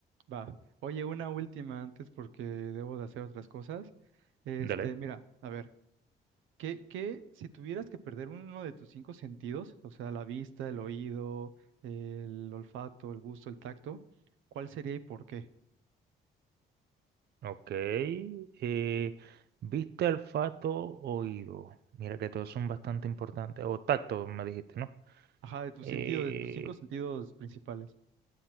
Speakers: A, on the right; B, on the right.
A: Va. Oye, una última antes porque debo de hacer otras cosas. Este,
B: Dele.
A: mira, a ver. ¿Qué, qué- si tuvieras que perder uno de tus cinco sentidos, o sea, la vista, el oído, el olfato, el gusto, el tacto, ¿cuál sería y por qué?
B: Ok. eh, vista, olfato, oído. Mira que todos son bastante importantes. O tacto, me dijiste, ¿no?
A: Ajá, de tus
B: Eh,
A: sentidos, de tus cinco sentidos principales.